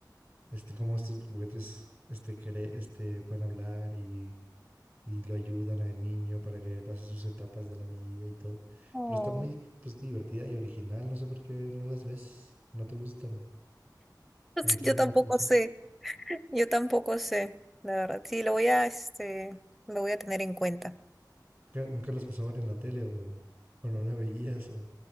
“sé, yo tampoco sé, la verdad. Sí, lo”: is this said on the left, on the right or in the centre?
Centre